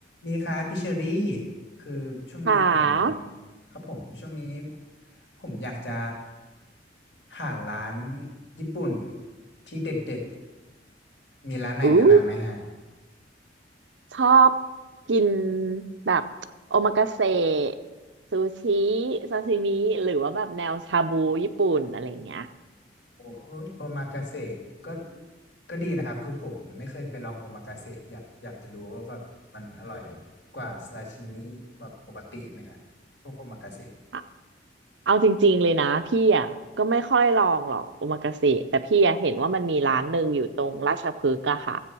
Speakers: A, on the left (about 65°); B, on the right (about 75°).
A: ดีครับพี่เชอรี่คือช่วงนี้ผม
B: ขา
A: ครับผมช่วงนี้ผมอยากจะหาร้านญี่ปุ่นที่เด็ดๆมีร้านไหนแนะนำไหมฮะ
B: อู้ชอบกินแบบโอมากาเสะซูชิซาซิมิหรือว่าแบบแนวชาบูญี่ปุ่นอะไรเงี้ย
A: โอโอ้ยโอมากาเสะก็ก็ดีนะครับคือผมไม่เคยไปลองโอมากาเสะอยากอยากจะรู้ว่าแบบมันอร่อยกว่าซาชิมิแบบปกติไหมฮะพวกโอมากาเสะ
B: อะเอาจริงๆเลยนะพี่อ่ะก็ไม่ค่อยลองหรอกโอมากาเสะแต่พี่อ่ะเห็นว่ามันมีร้านหนึ่งอยู่ตรงราชพฤกษ์อะค่ะ